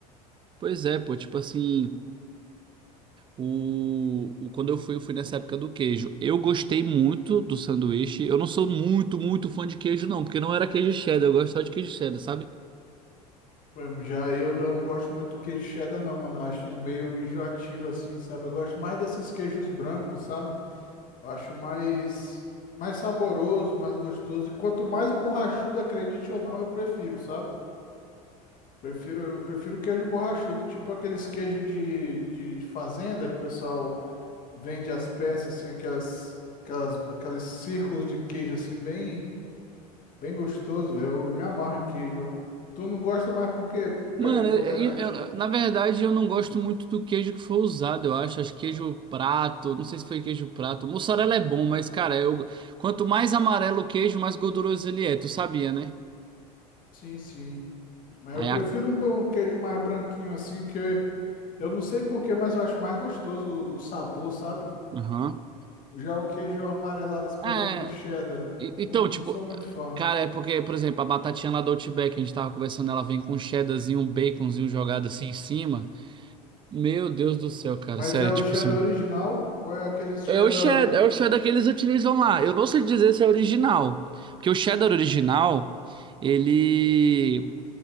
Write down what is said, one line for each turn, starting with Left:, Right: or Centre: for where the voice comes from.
Right: Pois é, pô, tipo assim, o, o- quando eu fui, eu fui nessa época do queijo. Eu gostei muito do sanduíche. Eu não sou muito, muito fã de queijo, não, porque não era queijo cheddar, eu gosto só de queijo cheddar, sabe?
Left: Mano, Já eu já não gosto muito do queijo cheddar, não, mano. Eu acho ele meio enjoativo, assim, sabe? Eu gosto mais desses queijos brancos, sabe? Eu acho mais, mais saboroso, mais gostoso. E quanto mais borrachudo, acredite ou não, eu prefiro, sabe? Prefiro, eu prefiro queijo borrachudo, tipo aqueles queijos de, de, de fazenda que o pessoal vende as peças, assim, aquelas, aquelas, aqueles círculos de queijo, assim, bem, bem gostoso, velho. Eu me amarro em queijo, ó. Tu não gosta mais porque tu
Right: Mano,
Left: é intolerante?
Right: eu- eu- na verdade, eu não gosto muito do queijo que foi usado, eu acho. Acho que queijo prato, não sei se foi queijo prato. Mussarela é bom, mas, cara, eu, quanto mais amarelo o queijo, mais gorduroso ele é, tu sabia, né?
Left: Sim, sim. Mas
Right: Aí
Left: eu prefiro
Right: a.
Left: um bom queijo mais branquinho assim, porque eu não sei porquê, mas eu acho mais gostoso o, o sabor, sabe?
Right: Aham.
Left: Já o queijo amarelado, assim, por
Right: É.
Left: exemplo, o cheddar,
Right: E-
Left: não,
Right: Então,
Left: não
Right: tipo,
Left: sou muito fã.
Right: cara, é porque, por exemplo, a batatinha lá do Outback, a gente tava conversando, ela vem com um cheddarzinho, um baconzinho jogado assim em cima. Meu Deus do céu, cara,
Left: Mas
Right: sério,
Left: é o
Right: tipo
Left: cheddar
Right: assim.
Left: original ou é aqueles cheddar.
Right: É o cheddar, é o cheddar que eles utilizam lá. Eu não sei dizer se é original, porque o cheddar original, ele